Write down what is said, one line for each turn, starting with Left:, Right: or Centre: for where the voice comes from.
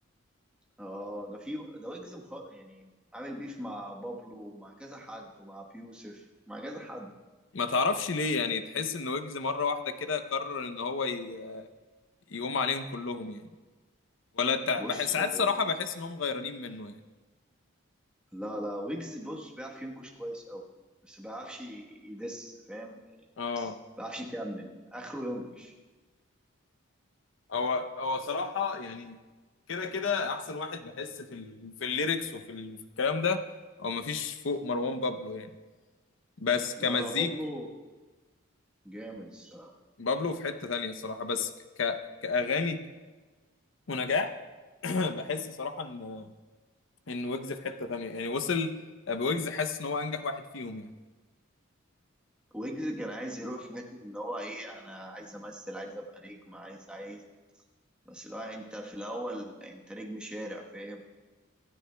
Centre: اه ده في ده ويجز مخ... يعني عامل بيف مع بابلو ومع كذا حد ومع بيوسف مع كذا حد
Left: ما تعرفش ليه يعني تحس ان ويجز مره واحده كده قرر ان هو ي- يقوم عليهم كلهم يعني ولا تع...
Centre: بص
Left: بحس ساعات
Centre: هو
Left: صراحة بحس إنهم غيرانين منه يعني
Centre: لا لا ويجز بص بيعرف ينكش كويس قوي بس ما بيعرفش يدس فاهم ما
Left: اه
Centre: بيعرفش يكمل اخره ينكش
Left: هو هو صراحة يعني كده كده أحسن واحد بحس في ال... في الليركس وفي ال... وفي الكلام ده هو مفيش فوق مروان بابلو يعني بس كمزيك
Centre: لا لا بابلو جامد الصراحه
Left: بابلو في حتة تانية الصراحة بس ك... كأغاني ونجاح <clears throat> بحس صراحة إن إن ويجز في حتة تانية يعني وصل آه، بويجز حاسس إن هو أنجح واحد فيهم يعني
Centre: ويجز كان عايز يروح في حته ان هو ايه انا عايز امثل عايز ابقى نجم عايز عايز بس لو انت في الاول انت نجم شارع فاهم